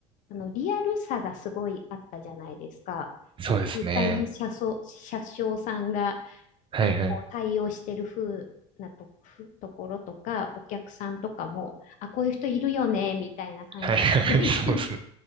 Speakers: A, on the left; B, on the right.
A: あの、リアルさがすごいあったじゃないですか。
B: そうですね。
A: だから実際に車掌、車掌さんが
B: はいはい。
A: なんかこう対応してる風なと、ふところとか、お客さんとかも、あ、こういう人いるよね、みたいな感じ
B: はいはい、
A: <laughs>。
B: <laughs> そうですね。
A: し